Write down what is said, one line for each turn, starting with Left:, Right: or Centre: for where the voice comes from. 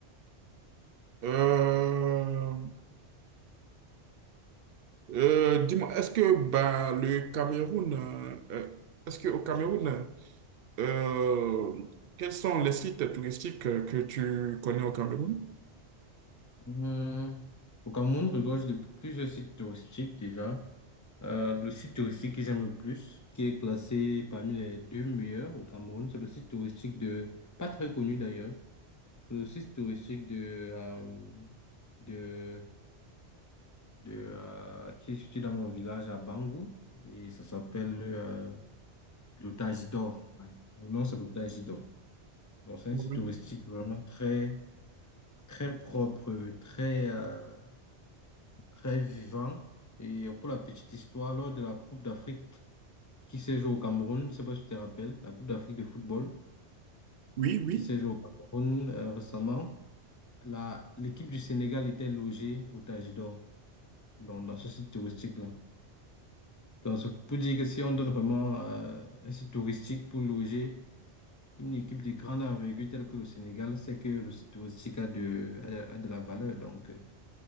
Right: Euh, euh, dis-moi, est-ce que bah, le Cameroun, euh, euh, est-ce qu'au Cameroun, Euh, quels sont les sites touristiques euh, que tu connais au Cameroun?
Left: Hum, Au Cameroun regorge de plusieurs sites touristiques déjà. Euh, le site touristique que j'aime le plus, qui est classé parmi les deux meilleurs au Cameroun, c'est le site touristique de, pas très connu d'ailleurs, c'est le site touristique de, euh, de, de euh, qui est situé dans mon village à Bangou, et ça s'appelle euh, le Tajidor. Ouais. Le nom, c'est le Tajidor. Donc, c'est un
Right: Ouais.
Left: site touristique vraiment très, très propre, très, euh, très vivant. Et pour la petite histoire, lors de la Coupe d'Afrique, qui s'est joué au Cameroun, je ne sais pas si tu te rappelles, la Coupe d'Afrique de football
Right: Oui, oui.
Left: qui s'est jouée au Cameroun euh, récemment. La, l'équipe du Sénégal était logée au Tajidor, donc dans ce site touristique-là. Donc, c'est pour dire que si on donne vraiment euh, un site touristique pour loger une équipe de grande envergure telle que le Sénégal, c'est que le site touristique a de, a de, a de la valeur. Donc, euh,